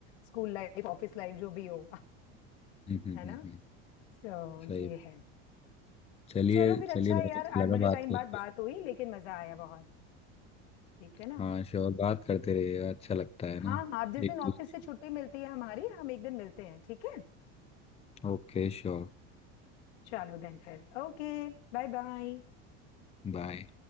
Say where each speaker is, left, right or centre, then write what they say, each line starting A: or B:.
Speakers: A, on the left; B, on the left.
A: school life office life जो भी हो
B: हम्म हम्म
A: है ना
B: हम्म हम्म।
A: सो
B: सही
A: ये है
B: चलिए
A: चलो फिर अच्छा
B: चलिए बहुत
A: है यार
B: अच्छा
A: आज
B: लगा
A: बड़े
B: बात
A: टाइम
B: करके
A: बाद बात हुई लेकिन मजा आया बहुत ठीक है ना
B: हाँ श्योर बात करते रहिएगा अच्छा लगता है ना
A: हाँ हाँ आप जिस
B: एक
A: दिन ऑफिस
B: दूसरे
A: से छुट्टी मिलती है हमारी हम एक दिन मिलते हैं ठीक है
B: Okay sure
A: चलो देन फिर ओके Bye bye
B: बाय